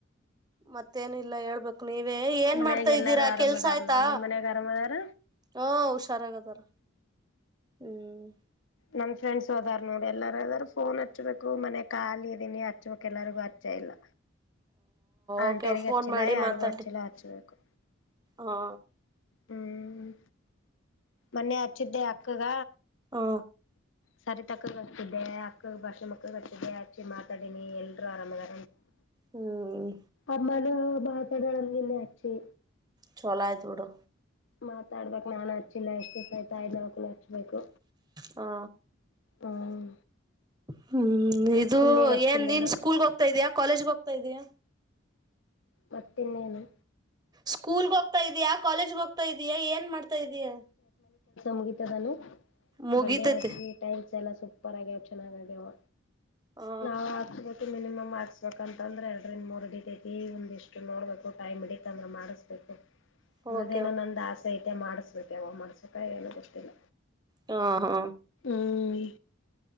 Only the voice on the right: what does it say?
ಮತ್ತೇನಿಲ್ಲ ಹೇಳ್ಬೇಕಕ್ ನೀವೇ ಏನ್
ಮಾಡ್ತಾ
ಇದ್ದೀರಾ
ಕೆಲ್ಸ ಆಯ್ತಾ
ಹಾ ಹುಷಾರಾಗದಾರ ಹ್ಮ್
ಓಕೆ ಫೋನ್
ಮಾಡಿ
ಮಾತಾಡಿ
ಹಾ
ಹಾ
ಹ್ಮ್
ಚಛೋಲ ಆಯ್ತು ಬಿಡೋ
ಹಾ
ಹ್ಮ್ ಇದು
ಏನ್ ನೀನ್ ಸ್ಕೂಲ್ಗೆ ಹೋಗ್ತಾ ಇದ್ಯಾಾ ಕಾಲೇಜ್ಗೆ ಹೋಗ್ತಾ ಇದಯಾ
ಸ್ಕೂಲ್ಗ ಹೋಗ್ತಾ ಇದಯಾ ಕಾಲೇಜ್ಗ ಹೋಗ್ತಾ ಇದೀಯಾ ಏನ್ ಮಾಡ್ತಾ ಇದೀಯಾ
ಮುಗಿತೈತೆ
ಹಾ
ಹೌದು
ಹಾ ಹಾ